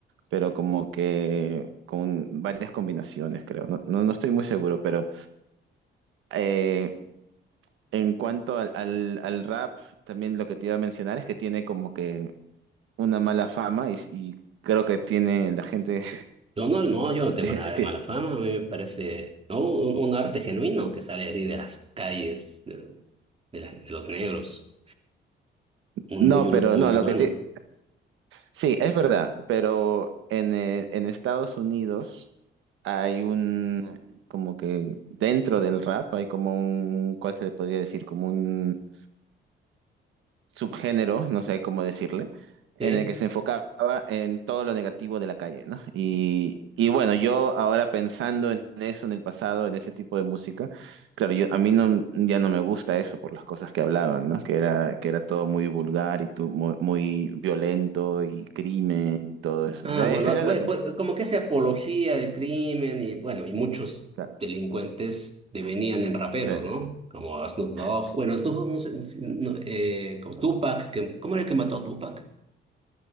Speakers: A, on the right; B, on the right.
A: pero como que con varias combinaciones, creo. No, no, no estoy muy seguro, pero eh, en cuanto al, al, al rap, también lo que te iba a mencionar es que tiene como que una mala fama y, y creo que tiene la gente...
B: Yo no, no, yo no tengo
A: <laughs>
B: nada de
A: te-
B: mala fama, a mí me parece, ¿no? Un, un arte genuino que sale así de las calles, de, de la- de los negros, un
A: no,
B: muy, ur-
A: pero
B: muy
A: no,
B: urbano,
A: lo que te... Sí, es verdad, pero en, eh, en Estados Unidos hay un... como que dentro del rap hay como un... ¿Cuál se le podría decir? Como un... subgénero, no sé cómo decirle, en
B: ¿sí?
A: el que se enfocaba en todo lo negativo de la calle, ¿no? Y, y bueno, yo ahora pensando en eso, en el pasado, en ese tipo de música, claro, yo, a mí no, ya no me gusta eso por las cosas que hablaban, ¿no? Que era, que era todo muy vulgar y tu- muy, muy violento y crimen y todo eso.
B: Ah,
A: O sea,
B: bueno,
A: esa era
B: bue-
A: la que...
B: bue-
A: me-
B: como que se apología del crimen y bueno, y muchos
A: Claro,
B: delincuentes devenían en raperos,
A: sí.
B: ¿no? Como a Snoop Dogg,
A: Sí.
B: bueno, Snoop Dogg, no sé, si- no, eh, como Tupac, que, ¿cómo era el que mató a Tupac?